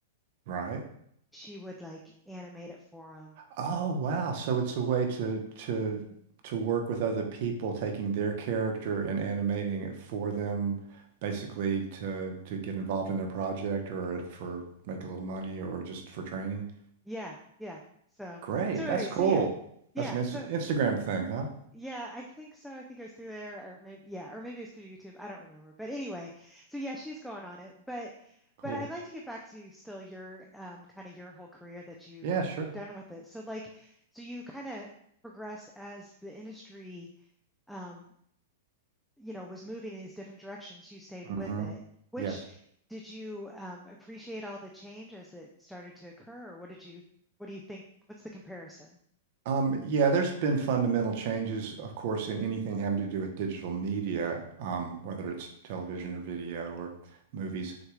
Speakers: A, on the right (about 50°); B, in the centre.
A: Right.
B: she would like animate it for them.
A: Oh, wow. So it's a way to to to work with other people, taking their character and animating it for them, basically to to get involved in their project or for make a little money or just for training.
B: Yeah, yeah. So
A: Great.
B: so anyway,
A: That's cool.
B: so yeah, yeah.
A: That's an Inst
B: So
A: Instagram thing, huh?
B: Yeah, I think so. I think it was through there, or maybe yeah, or maybe it was through YouTube. I don't remember. But anyway, so yeah, she's going on it. But
A: Cool.
B: but I'd like to get back to still your um kind of your whole career that you've
A: Yeah, sure.
B: you've done with it. So like, so you kind of progressed as the industry um you know was moving in these different directions. You stayed with
A: Mm-hmm.
B: it. Which
A: Yes.
B: did you um appreciate all the change as it started to occur, or what did you what do you think? What's the comparison?
A: Um, yeah, there's been fundamental changes, of course, in anything having to do with digital media, um, whether it's television or video or movies.